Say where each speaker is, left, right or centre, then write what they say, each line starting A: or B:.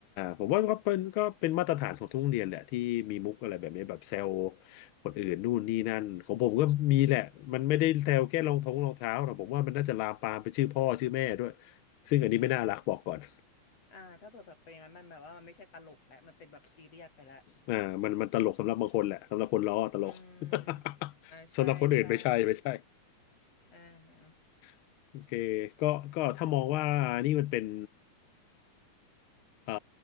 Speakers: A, on the left (about 85°); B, on the left (about 55°).
A: ผมว่าก็เป็นก็เป็นมาตรฐานของทุกโรงเรียนแหละที่มีมุกอะไรแบบนี้แบบแซวคนอื่นนู่นนี่นั่นของผมก็มีแหละมันไม่ได้แซวแค่รองท้องรองเท้าหรอกผมว่ามันน่าจะลามปามไปชื่อพ่อชื่อแม่ด้วยซึ่งอันนี้ไม่น่ารักบอกก่อน
B: อ่าถ้าเปิดแบบเป็นอย่างนั้นมันแบบว่ามันไม่ใช่ตลกแล้วมันเป็นแบบซีเรียสไปแล้ว
A: อ่ามันมันตลกสำหรับบางคนแหละสำหรับคนล้อตลก
B: อืม
A: <laughs>
B: อ่าใช่ใช่
A: สำหรับคนอื่นไม่ใช่ไม่ใช่
B: อ่าฮะ
A: <laughs> โอเคก็ก็ถ้ามองว่านี่มันเป็นเอ่อ